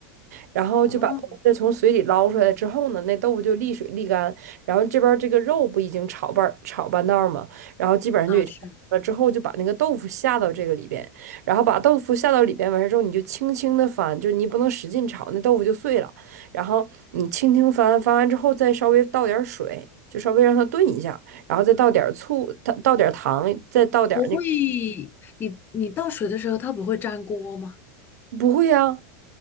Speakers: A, on the right; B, on the left.
A: 然后就把豆子从水里捞出来之后呢，
B: 哦，
A: 那豆腐就沥水沥干，然后这边儿这个肉不已经炒半儿炒半道儿嘛，然后基本上就也差不多了之后就把那个豆腐下到这个里边，
B: 啊是，
A: 然后把豆腐下到里边完事之后，你就轻轻的翻，就你不能使劲炒，那豆腐就碎了。然后你轻轻翻，翻完之后再稍微倒点儿水，就稍微让它炖一下，然后再倒点儿醋，它倒点儿糖，再倒点儿那个
B: 不会，你你倒水的时候它不会粘锅吗？
A: 不会呀、